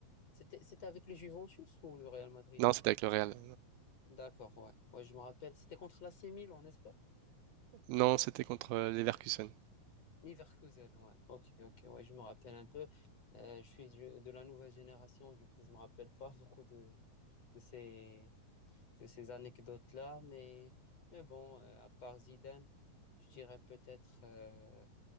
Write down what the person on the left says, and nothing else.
C'était, c'était avec le Juventus ou le Real Madrid?
ça
D'accord, ouais. Ouais, je me rappelle. C'était contre l'AC Milan, n'est-ce pas?
Leverkusen, ouais. Ok, ok, ouais, je me rappelle un peu. Euh, je suis du- de la nouvelle génération, du coup, je me rappelle pas <laughs> beaucoup de, de ces, de ces anecdotes-là. Mais, mais bon, euh, à part Zidane, je dirais peut-être euh,